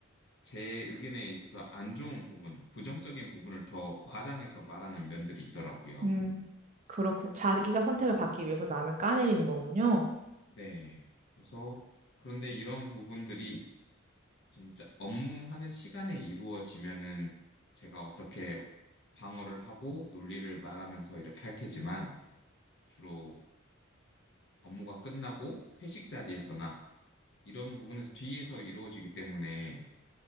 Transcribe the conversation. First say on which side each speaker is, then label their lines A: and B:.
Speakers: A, on the left; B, on the right.
A: 제 의견에 있어서 안 좋은 부분, 부정적인 부분을 더 과장해서 말하는 면들이 있더라고요.
B: 음, 그렇군. 자기가 선택을 받기 위해서 남을 까내리는 거군요.
A: 네. 그래서 그런데 이런 부분들이 진짜 업무하는 시간에 이루어지면은 제가 어떻게 방어를 하고 논리를 말하면서 이렇게 할 테지만 주로 업무가 끝나고 회식 자리에서나 이런 부분에서 뒤에서 이루어지기 때문에